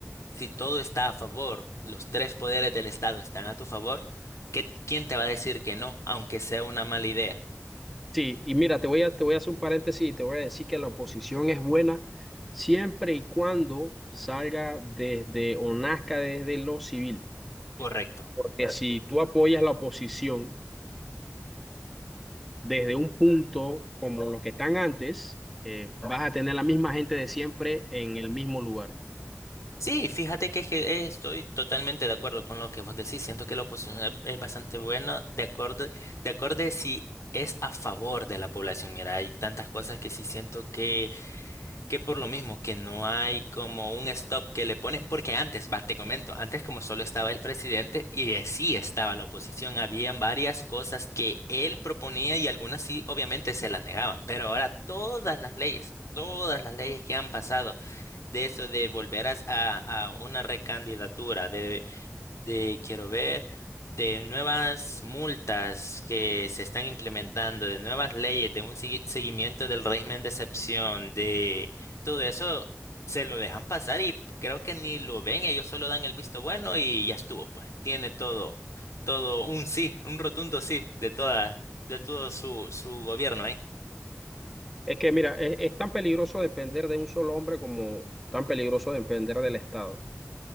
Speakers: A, on the left; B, in the centre.
A: Si todo está a favor, los tres poderes del Estado están a tu favor, ¿qué- quién te va a decir que no, aunque sea una mala idea?
B: Sí, y mira, te voy a, te voy a hacer un paréntesis y te voy a decir que la oposición es buena siempre y cuando salga desde o nazca desde lo civil.
A: Correcto.
B: Porque si tú apoyas la oposición desde un punto como los que están antes, eh, vas a tener la misma gente de siempre en el mismo lugar.
A: Sí, fíjate que, es que, eh, estoy totalmente de acuerdo con lo que vos decís. Siento que la oposición es, es bastante buena, de acuerdo, de acuerdo si es a favor de la población. Mira, hay tantas cosas que sí siento que que por lo mismo que no hay como un stop que le ponen, porque antes, va, te comento, antes como solo estaba el presidente y eh, sí estaba la oposición, habían varias cosas que él proponía y algunas sí, obviamente se las negaban, pero ahora todas las leyes, todas las leyes que han pasado de eso de volver a, a a una recandidatura, de de quiero ver, de nuevas multas que se están implementando, de nuevas leyes, de un segui- seguimiento del régimen de excepción, de todo eso, se lo dejan pasar y creo que ni lo ven, ellos solo dan el visto bueno y ya estuvo, pues tiene todo, todo un sí, un rotundo sí de toda, de todo su, su gobierno ahí.
B: Es que mira, es, es tan peligroso depender de un solo hombre como tan peligroso depender del Estado.